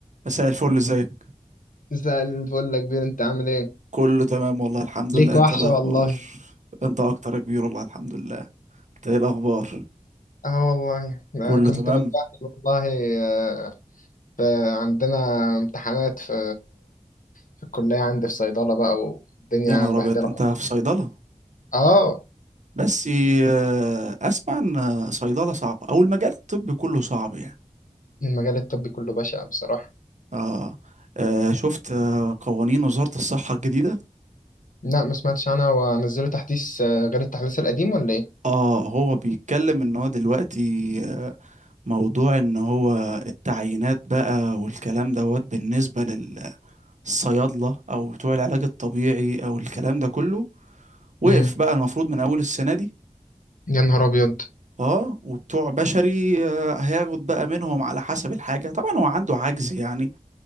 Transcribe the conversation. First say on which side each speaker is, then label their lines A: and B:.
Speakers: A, on the right; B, on the left.
A: مساء الفل ازيك
B: زي الفل يا كبير انت عامل ايه؟
A: كله تمام والله الحمد
B: ليك
A: لله
B: وحشة
A: انت ايه الاخبار
B: والله
A: انت اكتر يا كبير والله الحمد لله انت ايه الاخبار
B: اه والله
A: كله
B: آه كنت
A: تمام
B: متبهدل والله آه ف- عندنا امتحانات في في الكلية عندي في صيدلة بقى والدنيا
A: يا نهار
B: مبهدلة
A: ابيض انت في صيدله
B: اه
A: بس آه، اسمع ان صيدله صعبه او المجال الطبي كله صعب يعني
B: المجال الطبي كله بشع بصراحة
A: اه, آه شفت آه، قوانين وزاره الصحه الجديده
B: لا ما سمعتش عنها ونزلوا تحديث آه، غير التحديث القديم ولا ايه؟
A: اه هو بيتكلم ان هو دلوقتي آه، موضوع ان هو التعيينات بقى والكلام دوت بالنسبه الصيادلة أو بتوع العلاج الطبيعي أو الكلام ده كله وقف
B: مم.
A: بقى المفروض من أول السنة دي
B: يا نهار ابيض
A: اه وبتوع بشري آه، هياخد بقى منهم على حسب الحاجة طبعا هو عنده عجز يعني